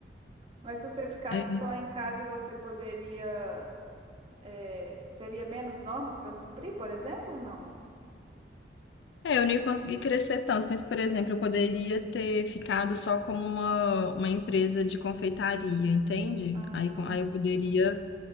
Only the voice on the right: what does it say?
Mas se você ficasse
só em casa, você poderia, eh, teria menos normas para cumprir, por exemplo? Não.
Ah,
sim.